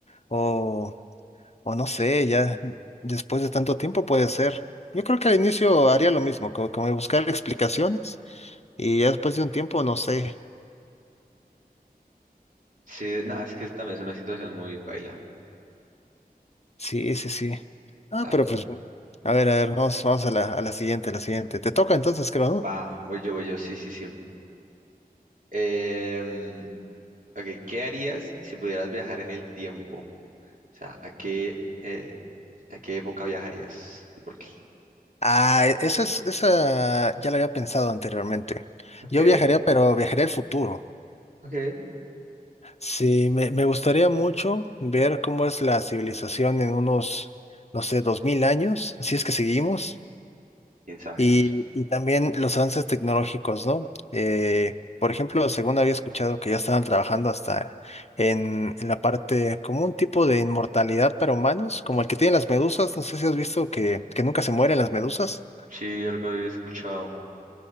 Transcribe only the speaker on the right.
Sí,
sí, nada, es que también es una situación muy paila,
la
verdad.
Va, voy yo, voy yo, sí, sí, sí. Em, ok, ¿qué harías si pudieras viajar en el tiempo? O sea, ¿a qué, eh, ¿A qué época viajarías? ¿Y por qué?
Ok,
ok.
¿Quién sabe?
Sí, algo he escuchado.